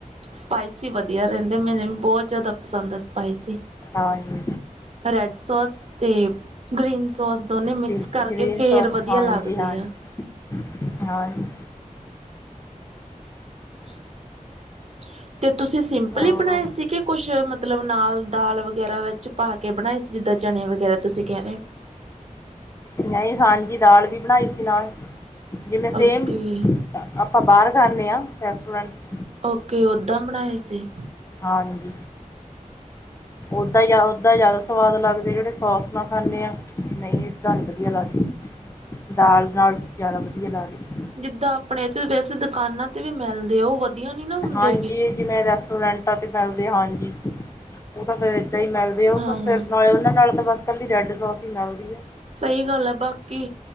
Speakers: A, on the right (about 50°); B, on the left (about 20°).
A: ਸਪਾਈਸੀ ਵਧੀਆ ਰਹਿੰਦੇ ਮੈਨੂੰ ਵੀ ਬਹੁਤ ਜ਼ਿਆਦਾ ਪਸੰਦ ਆ ਸਪਾਈਸੀ।
B: ਹਾਂਜੀ
A: ਰੈਡ ਸੋਸ ਤੇ ਗ੍ਰੀਨ ਸੋਸ ਦੋਨੇ ਮਿਕਸ
B: ਠੀਕ
A: ਕਰਕੇ,
B: ਗ੍ਰੀਨ
A: ਫੇਰ
B: ਸੌਸ
A: ਵਧੀਆ
B: ਹਾਂਜੀ
A: ਲੱਗਦੇ
B: ਹਾਂਜੀ
A: ਆ।
B: ਹਾਂਜੀ
A: <unintelligible> ਤੇ ਤੁਸੀਂ ਸਿੰਪਲ
B: ਹੋਰ
A: ਈ ਬਣਾਏ ਸੀ, ਕਿ ਕੁਛ ਮਤਲਬ ਨਾਲ ਦਾਲ ਵਗੈਰਾ ਵਿੱਚ ਪਾ ਕੇ ਕੇ ਬਣਾਏ ਸੀ, ਜਿੱਦਾਂ ਚਣੇ ਵਗੈਰਾ ਤੁਸੀਂ ਕਹਿ ਰਹੇ ਹੋ।
B: ਨਹੀਂ ਹਾਂਜੀ ਦਾਲ ਵੀ ਬਣਾਈ ਸੀ ਨਾਲ, ਜਿਵੇਂ ਸੇਮ
A: ਓਕੇ
B: ਆਪਾਂ ਬਾਹਰ ਖਾਨੇ ਆ ਰੈਸਟੋਰੈਂਟ ਚ
A: ਓਕੇ, ਓਦਾਂ ਬਣਾਏ ਸੀ।
B: ਹਾਂਜੀ। ਓਦਾਂ ਈ ਜਿਆਦਾ ਓਦਾਂ ਈ ਜ਼ਿਆਦਾ ਸਵਾਦ ਲੱਗਦੇ ਆ, ਜਿਹੜੇ ਸੋਸ ਨਾਲ ਖਾਂਨੇ ਆ ਨਹੀਂ ਏਦਾਂ ਨਈ ਵਧੀਆ ਲੱਗਦੇ। ਦਾਲ ਨਾਲ ਜਿਆਦਾ ਵਧੀਆ ਲਗਦੇ।
A: ਜਿੱਦਾਂ ਆਪਣੇ ਇੱਥੇ ਵੈਸੇ ਦੁਕਾਨਾਂ ਤੇ ਵੀ ਮਿਲਦੇ ਆ, ਉਹ ਵਧੀਆ ਨੀ ਨਾ ਹੁੰਦੇ
B: ਹਾਂਜੀ,
A: ਗੇ
B: ਜਿਵੇਂ ਰੈਸਟੋਰੈਂਟਾਂ ਤੇ ਮਿਲਦੇ ਹਾਂਜੀ। ਉਹ ਤਾਂ ਫੇਰ ਏਦਾਂ ਹੀ ਮਿਲਦੇ ਆ, ਉਹ
A: ਹਾਂ
B: ਤਾਂ ਫੇਰ ਨਾਲੇ ਉਹਨਾ ਨਾਲ ਤਾਂ ਬਸ ਕੱਲੀ ਰੈਡ ਸੋਸ ਹੀ ਮਿਲਦੀ ਆ।
A: ਸਹੀ ਗੱਲ ਆ, ਬਾਕੀ